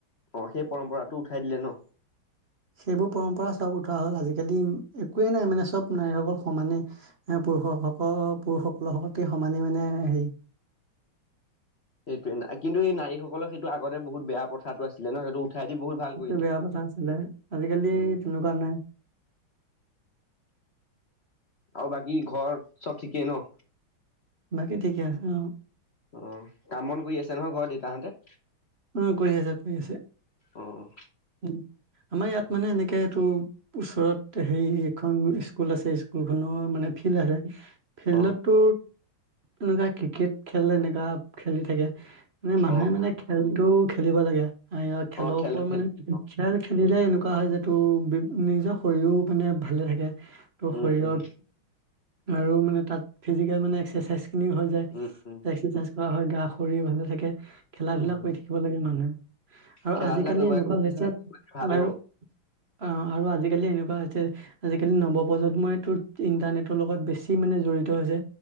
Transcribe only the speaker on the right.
সেইবোৰ পৰম্পৰা চব উঠোৱা হ'ল আজিকালি একোৱেই নাই মানে চব নাৰীসকল সমানে এ পুৰুষসকল পুৰুষ সকলৰ প্ৰতি সমানে মানে হেৰি
সেইটো
বেয়া কথা আছিলে, আজিকালি
তেনেকুৱা নাই।
বাকী ঠিকে আছে অৱ
উম কৰি আছে কৰি আছে,
উম আমাৰ ইয়াত মানে এনেকে এইটো ওচৰত হেৰি এখন স্কুল আছে স্কুল খনৰ মানে ফিল্ড আছে ফিল্ডতটো
এনেকুৱা ক্ৰিকেট খেল এনেকুৱা খেলি থাকে মানে মানুহে
মানে
খেলটো খেলিব লাগে ইয়াৰ খেলৰ
ওপৰত
মানে
খেল খেলিলে এ কা হয় যটো নিজৰ শৰীৰো মানে ভালে থাকে। ত
শৰীৰত
আৰু মানে তাত ফিজিকেল মানে এক্সাৰচাইজ খিনি হৈ যায়।
এক্সাৰচাইজ কৰা হয় গা শৰীৰ ভালে থাকে খেলা
ধূলা কৰি থাকিব লাগে মানুহে আৰু
আজিকালি
এনেকুৱা হৈছে
আৰু
অ আৰু আজিকালি এনেকুৱা হৈছে আজিকালি নৱপ্ৰজন্মইো ইন্টাৰনেটৰ লগত বেছি মানে জড়িত হৈছে